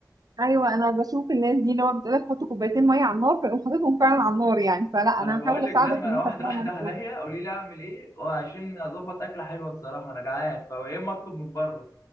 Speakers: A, on the right; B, on the left.
A: ايوه انا بشوف الناس دي اللي هو بتقول لك حط كوبايتين ميه على النار فيقوم حاططهم فعلا على النار يعني فلا
B: ما
A: انا
B: انا بقول
A: هحاول
B: لك
A: اساعدك
B: لا ما
A: ان
B: انا
A: انت
B: واحده
A: فعلا
B: واحده عليا قولي لي اعمل ايه وعشان اظبط اكله حلوه الصراحه انا جعان فيا اما اطلب من بره